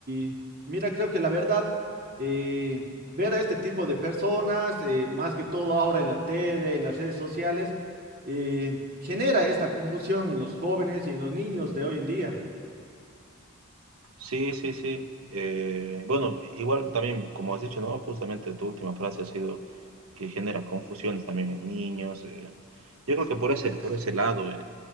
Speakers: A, on the right (about 45°); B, on the right (about 70°).
A: y mira, creo que la verdad, eh, ver a este tipo de personas, eh, más que todo ahora en la tele, en las redes sociales, eh, genera esta confusión en los jóvenes y en los niños de hoy en día.
B: Sí, sí, sí. Eh, bueno, igual también, como has dicho, ¿no? justamente tu última frase ha sido que genera confusiones también en niños. eh. Yo creo que por ese, por ese lado eh,